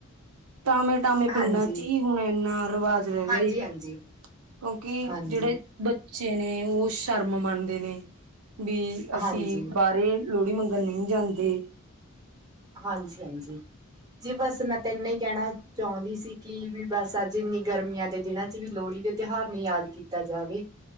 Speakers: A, on the right; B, on the right.
A: ਟਾਮੇ ਟਾਮੇ
B: ਹਾਂਜੀ।
A: ਪਿੰਡਾਂ ਚ ਹੀ ਹੁਣ ਇੰਨਾ ਰਿਵਾਜ਼ ਰਹਿ
B: ਹਾਂਜੀ
A: ਗਿਆ ਸੀ
B: ਹਾਂਜੀ
A: ਕਿਉਂਕਿ
B: ਹਾਂਜੀ
A: ਜਿਹੜੇ ਬੱਚੇ ਨੇ ਉਹ ਸ਼ਰਮ ਮੰਨਦੇ ਨੇ ਵੀ ਅਸੀਂ
B: ਹਾਂਜੀ
A: ਬਾਹਰੇ ਲੋਹੜੀ ਮੰਗਣ ਨਹੀਂ ਜਾਂਦੇ
B: ਹਾਂਜੀ ਹਾਂਜੀ ਜੀ ਬਸ ਮੈਂ ਤੈਨੇ ਹੀ ਕਹਿਣਾ ਚਾਹੁੰਦੀ ਸੀ ਕੀ ਵੀ ਬਸ ਅੱਜ ਇੰਨੀ ਗਰਮੀਆਂ ਦੇ ਦਿਨਾਂ ਚ ਵੀ ਲੋਹੜੀ ਦੇ ਤਿਉਹਾਰ ਨ ਯਾਦ ਕੀਤਾ ਜਾਵੇ